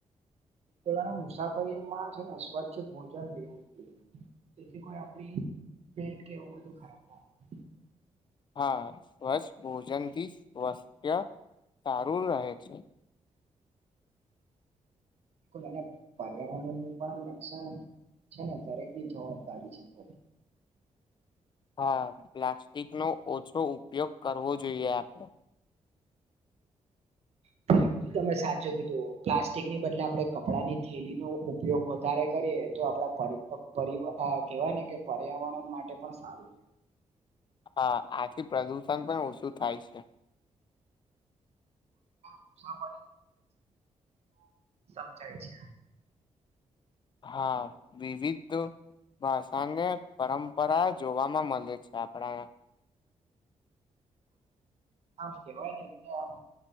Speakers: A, on the right; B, on the left.
A: આપડા મુસાફરીમાં છે ને સ્વચ્છ ભોજન લેવું જોઈએ. એથી કોઈ આપડી પેટ કે એવું બધું ખરાબ ના થાય.
B: હા સ્વચ્છ ભોજનથી સ્વસ્થ્ય સારું રહે છે.
A: બિલકુલ અને પર્યાવરણનું પણ રક્ષણ છે ને દરેકની જવાબદારી છે.
B: હા પ્લાસ્ટિકનો ઓછો ઉપયોગ કરવો જોઈએ આપણે.
A: <inaudible> તમે સાચું કીધું પ્લાસ્ટિક ની બદલે આપડે કપડા ની થેલી નો ઉપયોગ વધારે કરીએ તો આપડે પરી અ પ પરી અ કેવાય ને કે પર્યાવરણ માટે પણ સારું.
B: હા આથી પ્રદુષણ પણ ઓછું થાય છે.
A: મુસાફરી સમજાય છે.
B: હા વિવિધ ભાષાને પરંપરા જોવામાં મલે છે. આપડા.
A: આમ કેવાય ને કે આમ